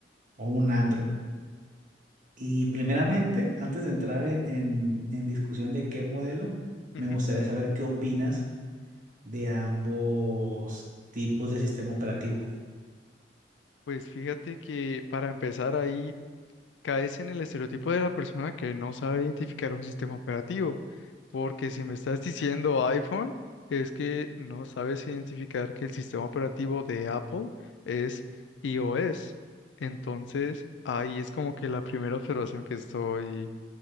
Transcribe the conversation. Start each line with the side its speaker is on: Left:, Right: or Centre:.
Right: o un Android. Y primeramente, antes de entrar en, en, en discusión de qué modelo,
Left: ujú.
Right: me gustaría saber qué opinas de ambos tipos de sistema operativo.
Left: Pues fíjate que para empezar ahí caes en el estereotipo de la persona que no sabe identificar un sistema operativo. Porque si me estás diciendo iPhone, es que no sabes identificar que el sistema operativo de Apple es iOS. Entonces, ahí es como que la primera observación que estoy,